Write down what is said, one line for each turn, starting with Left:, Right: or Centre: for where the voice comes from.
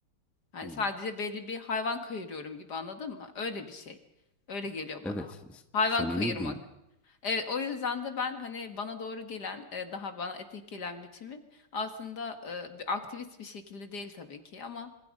Left: Yani
Centre: Hmm.
Left: sadece belli bir hayvan kayırıyorum gibi anladın mı? Öyle bir şey. Öyle geliyor bana.
Centre: evet s-
Left: Hayvan
Centre: samimi
Left: kayırmak.
Centre: değil.
Left: Evet o yüzden de ben hani bana doğru gelen e, daha bana etek gelen biçimi aslında e, bir aktivist bir şekilde değil tabii ki ama